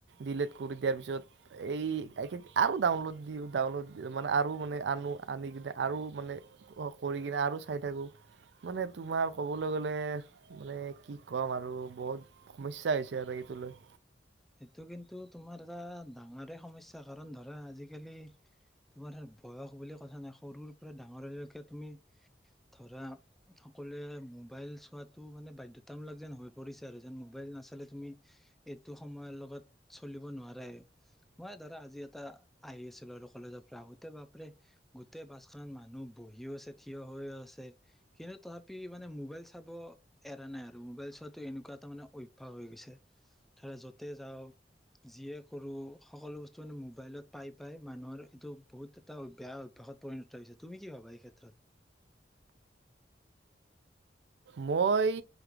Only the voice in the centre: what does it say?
সেইটো কিন্তু তোমাৰ এটা ডাঙৰে সমস্যা। কাৰণ ধৰা আজিকালি তোমাৰ বয়স বুলি কথা নাই। সৰুৰ পৰা ডাঙৰলৈকে তুমি ধৰা সকলোৱে মোবাইল চোৱাতটো মানে বাধ্যতামূলক যেন হৈ পৰিছে আৰু, যেন মোবাইল নাচালে তুমি এইটো সময়ৰ লগত চলিব নোৱাৰাই। মই ধৰা আজি এটা আহি আছিলো আৰু কলেজৰ পৰা আহোতে। বাপৰে গোটেই বাছখনত মানুহ বহিও আছে থিয় হৈয়ো আছে। কিন্তু তথাপি মানে মোবাইল চাব এৰা নাই। আৰু মোবাইল চোৱাটো এনেকুৱা এটা মানে অভ্যাস হৈ গৈছে ধৰা য'তে যাওঁ যিয়ে কৰো সকলো বস্তু মানে মোবাইলত পাই পাই মানুহৰ এইটো বহুত এটা বেয়া অভ্যাসত পৰিণত হৈছে। তুমি কি ভাবা এই ক্ষেত্ৰত?